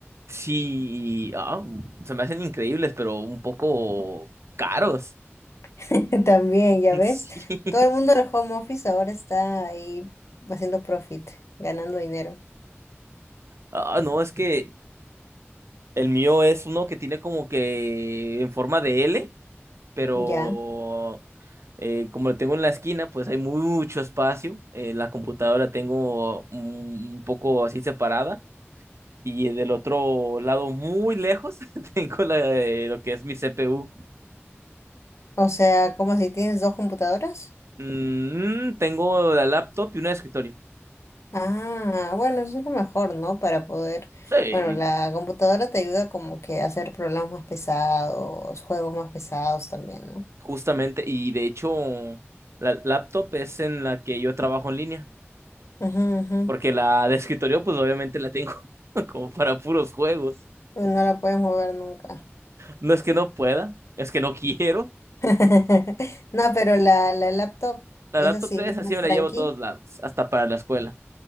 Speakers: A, on the right; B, on the left.
A: Sí, ah, se me hacen increíbles, pero un poco caros.
B: <laughs> También, ya
A: <laughs>
B: ves.
A: Sí.
B: Todo el mundo del home office ahora está ahí haciendo profit, ganando dinero.
A: Ah, no, es que el mío es uno que tiene como que en forma de L, pero
B: Ya.
A: eh, como lo tengo en la esquina, pues hay mucho espacio. Eh, la computadora la tengo mm, un poco así separada. Y del otro lado, muy lejos, <laughs> tengo la, eh, lo que es mi CPU.
B: O sea, como si tienes dos computadoras.
A: Mm, tengo la laptop y una escritorio.
B: Ah, bueno, eso es lo mejor, ¿no? Para poder,
A: Sí,
B: bueno, la computadora te ayuda como que a hacer programas más pesados, juegos más pesados también, ¿no?
A: justamente. Y de hecho, la laptop es en la que yo trabajo en línea.
B: Ujú, ujú.
A: Porque la de escritorio, pues obviamente la tengo <laughs> como para puros juegos.
B: No la puedes mover nunca.
A: No es que no pueda, es que no quiero.
B: <laughs> No, pero la, la laptop,
A: La
B: esa
A: laptop
B: sí
A: es
B: es
A: así,
B: más
A: me
B: tranqui.
A: la llevo a todos lados, hasta para la escuela.